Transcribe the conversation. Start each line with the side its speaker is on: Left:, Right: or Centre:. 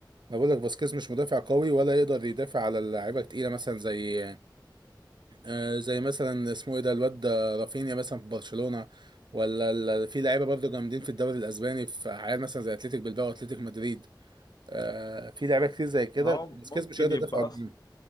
Right: ما بقول لك فاسكيز مش مدافع قوي ولا يقدر يدافع على اللعيبه التقيله مثلا زي آه، زي مثلا اسمه ايه ده الواد ده رافينيا مثلا في برشلونة ولا ال- في لعيبه برضه جامدين في الدوري الاسباني في عيال مثلا زي اتلتيك بلباو واتلتيك مدريد آه، في لعيبه كتير زي كده
Left: هو
Right: بس
Left: ممكن
Right: كاس مش هيقدر
Left: يبقى
Right: يدافع عنهم
Left: اصلا